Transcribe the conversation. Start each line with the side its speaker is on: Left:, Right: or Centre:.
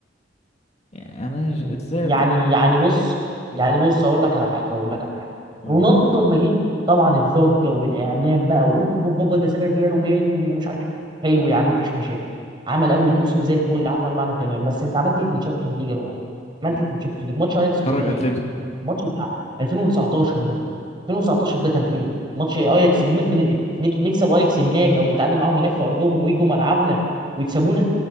Left: يعني انا ش-
Right: م-
Left: ازاي
Right: يعني
Left: طب
Right: يعني بص
Left: مم،
Right: يعني بص اقول لك على حاجه اقول لك على حاجه
Left: قول
Right: رونالدو لما جه طبعا الضجه والاعلام بقى اوب اوب اوب ده ساب الريال وجاي اليوفي ومش عارف إيه. حلو يا عم مفيش مشاكل عمل اول موسم زي الفل عمل معانا تمام بس انت عملت ايه في الشامبيونز ليج يا رونالدو عملت
Left: مم.
Right: ايه في الشامبيونز ليج ماتش اياكس كنت
Left: خرج
Right: فين
Left: اتلتيكو
Right: الماتش بتاع 2019 ده 2019 ده كان فين ماتش اياكس بن... بن... نك- نكسب اياكس هناك او نتعادل معاهم هناك في ارضهم ويجوا ملعبنا ويكسبونا